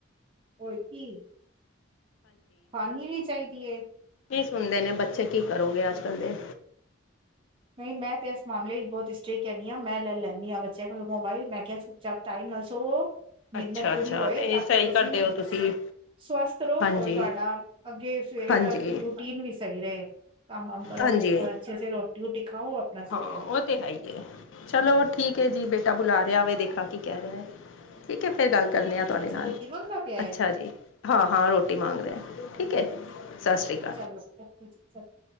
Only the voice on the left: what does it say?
ਨੀ ਸੁਣਦੇ ਨੇ ਬੱਚੇ, ਕੀ ਕਰੋਗੇ, ਅੱਜ ਕੱਲ੍ਹ ਦੇ
ਅੱਛਾ
ਅੱਛਾ
ਨਹੀਂ
ਸਹੀ
ਕਰਦੇ
ਹੋ ਤੁਸੀਂ
ਹਾਂਜੀ
ਹਾਂਜੀ
ਹਾਂਜੀ
ਹਾਂ ਉਹ ਤੇ ਹੈ ਹੀ ਹੈ, ਚਲੋ ਠੀਕ ਹੈ ਜੀ ਬੇੇ ਬੇਟਾ ਬੁਲਾ ਰਿਹਾ ਵੇ, ਦੇਖਾ ਕੀ ਕਹਿ ਰਿਹਾ ਹੈ, ਠੀਕ ਹੈ ਫਿਰ ਗੱਲ। ਕਰਨੇ ਆ,
ਤੁਹਾਡੇ
ਨਾਲ
ਅੱਛਾ
ਜੀ। ਹਾਂ ਹਾਂ, ਰੋਟੀ ਮੰਗ ਰਿਹਾ, ਠੀਕ ਹੈ, ਸਤਿ ਸ਼੍ਰੀ ਅਕਾਲ।